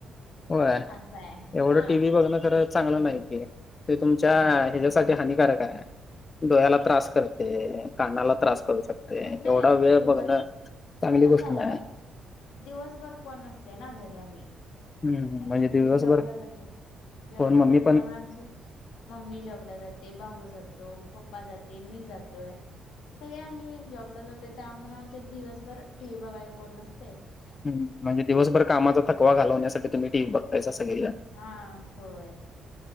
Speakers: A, on the left; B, on the left.
A: होय,
B: असं आहे
A: एवढं
B: हा
A: टी व्ही बघण- खर चांगलं नाही ते. ते तुमच्या ह्याच्यासाठी हानिकारक आहे. डोळ्याला त्रास करते. कानाला
B: हा
A: त्रास करू शकते,
B: नाही
A: एवढा वेळ
B: दिवस
A: बघणं चांगली
B: कस
A: गोष्ट
B: आहे
A: नाही.
B: दिवसभर कोण नसतय ना घरी आम्ही.
A: हम्म
B: आम्ही
A: म्हणजे
B: सगळीच
A: दिवसभर
B: जॉबला जातात, जॉबला
A: फोन मम्मी
B: जाते
A: पण
B: त्यामुळे आमची- मम्मी जॉबला जाते, भाऊ जातो, पप्पा जाते, मी जातोय. सगळे आम्ही जॉबला जातो त्यामुळेून आमच्यात दिवसभर टी व्ही बघाय कोण नसते. तेच.
A: हम् म्हणजे दिवसभर कामाचा थकवा घालवण्यासाठी तुम्ही टीव्ही बघताय का सगळेजण?
B: हा होय